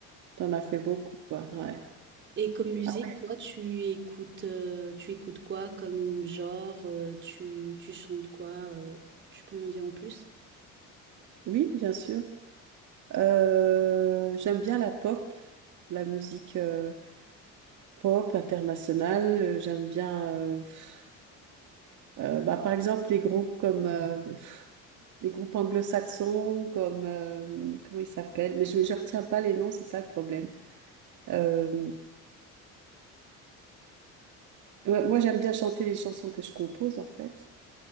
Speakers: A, on the right; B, on the right.
A: t'en as fait beaucoup, quoi, ouais.
B: Et comme musique,
A: Ah ouais.
B: toi, tu écoutes, euh, tu écoutes quoi comme genre, euh, tu, tu chantes quoi, euh, tu peux m'en dire en plus?
A: Oui, bien sûr. Euh, j'aime bien la pop, la musique euh, pop internationale. Euh, J'aime bien, euh, pff, euh, bah, par exemple, les groupes comme euh, pff, les groupes anglo-saxons, comme euh, comment ils s'appellent. Mais je ne retiens pas les noms, c'est ça le problème. Euh, Ouais, Moi, j'aime bien chanter les chansons que je compose, en fait.